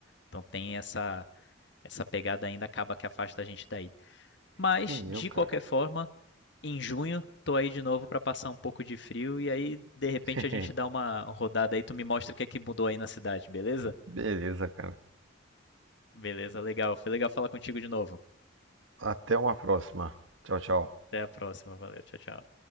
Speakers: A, on the left; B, on the right.
A: Então tem essa, essa pegada ainda, acaba que afasta a gente daí. Mas,
B: Entendeu,
A: de
B: cara?
A: qualquer forma, em junho, tô aí de novo pra passar um pouco de frio e aí de repente
B: <laughs>
A: a gente dá uma rodada aí, tu me mostra o que é que mudou aí na cidade, beleza?
B: Beleza, cara.
A: Beleza, legal. Foi legal falar contigo de novo.
B: Até uma próxima. Tchau, tchau.
A: Até a próxima, valeu, tchau, tchau.